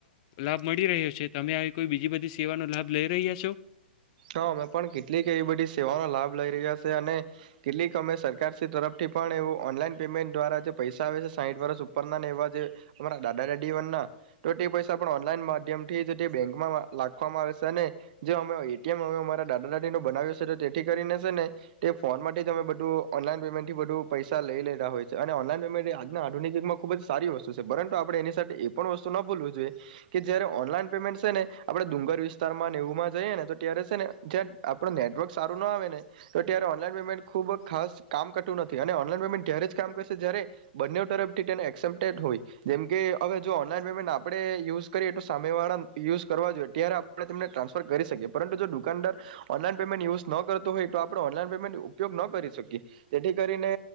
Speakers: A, on the left; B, on the right.
A: લાભ અ મળી રહ્યો છે. તમે આવી કોઈ બીજી બધી સેવાનો લાભ લઈ રહ્યા છો?
B: હા અમે પણ કેટલીક એવી બધી સેવાનો લાભ લઇ રહ્યા છે અને કેટલીક અમે સરકારી તરફથી પણ એવ ઓનલાઈન પેમેન્ટ દ્વારા જે પૈસા આવે છે સાહીઠ વર્ષ ઉપરના એવા જે અમારા દાદા દાદી વ ના તો તે પૈસા પણ ઓનલાઈન માધ્યમ થી જ તે બેંકમાં લખવામાં આવે છે અને જે અમે એમ અમે અમારા દાદા દાદી ન બનાવ્યો છે તો તેથી કરીને છે ને તે ફોનમાંથી અમે બધું ઓનલાઈન પેમેન્ટ થી બધું પૈસા લઈ લેતા હોય છે અને ઓનલાઈન પેમેન્ટ આજના આધુિકયુગમાં ખૂબ જ સારી વસ્તુ છે પરંતુ આપણે એની સાથે એ પણ વસ્તુ ન ભૂલવું જોઈએ કે જયારે ઓનલાઈન પેમેન્ટ છે ને આપણે ડુંગર વિસ્તારમાં ને એવુંમાં જઈએ ને તો ત્યારે છે ને જ્યાં આપણું નેટવર્ક સારું ન આવે ને તો ત્યારે ઓનલાઈન પેમેન્ટ ખૂબ ખાસ કામ કરતું નથી અને ઓનલાઈન પેમેન્ટ જ્યારે જ કામ કરશે જ્યારે બંને તરફથી તેને એક્સેપ્ટેડ હોય જેમકે હવે જો ઓનલાઈન પેમેન્ટ આપણે યુઝ કરીએ તો સામેવાળા યુઝ કરવા જોઈએ ત્યારે આપણે તેમને ટ્રાન્સફર કરી શકીએ. પરંતુ જો દુકાનદાર ઓનલાઈન પેમેન્ટ યુઝ ન કરતો હોય તો આપણે ઓનલાઈન પેમેન્ટ ઉપયોગ ન કરી શકીએ તેથી કરીને